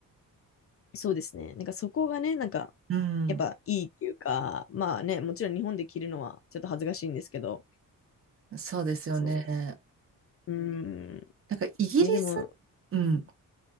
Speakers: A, on the left; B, on the right.
A: うそうですね。なんかそこがね、なんか、
B: うん。
A: やっぱいいっていうか、まあね、もちろん日本で着るのはちょっと恥ずかしいんですけど、
B: そうですよね。
A: そう。うーん。
B: なんかイギリス、
A: えでも、
B: うん。
A: うん